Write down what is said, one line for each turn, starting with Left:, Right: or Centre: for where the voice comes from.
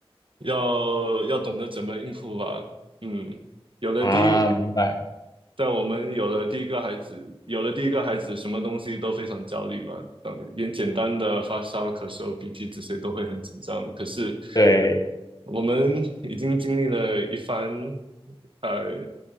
Right: 要要懂得怎么应付吧。嗯，有了第一，
Left: 啊，明白，
Right: 在我们有了第一个孩子，有了第一个孩子，什么东西都非常焦虑吧。嗯，连简单的发烧、咳嗽、鼻涕这些都会很紧张。可是
Left: 对。
Right: 我们已经经历了一番，呃，